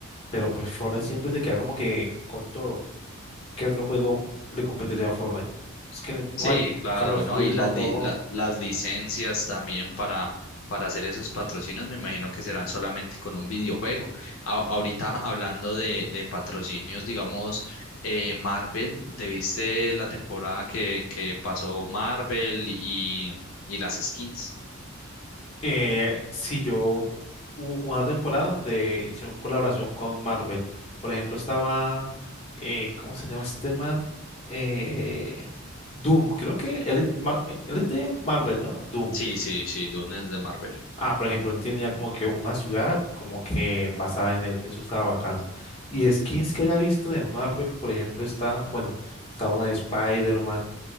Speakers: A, on the left (about 25°); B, on the left (about 65°).
A: pero pues Fortnite siempre se queda como que con todo. ¿Qué otro juego le competiría a Fortnite? Es que no no
B: Sí,
A: hay.
B: claro,
A: Call of
B: ¿no?
A: Duty
B: Y las,
A: tampoco.
B: li- la- las licencias también para, para hacer esos patrocinios, me imagino que serán solamente con un videojuego. A- ahorita hablando de, de patrocinios, digamos, eh, Marvel, ¿te viste la temporada que, que pasó Marvel y, y las skins?
A: Eh, si yo hubo una temporada donde hicieron colaboración con Marvel. Por ejemplo, estaba, eh, ¿cómo se llama este man? Eh, Doom, creo que él, es Mar- él es de Marvel, ¿no? Doom.
B: Sí, sí, sí, Dune es de Marvel.
A: Ah, por ejemplo, él tenía como que una ciudad como que basada en él. Eso estaba bacano. Y skins que haya visto de Marvel, por ejemplo, está, bueno, está una de Spider-Man,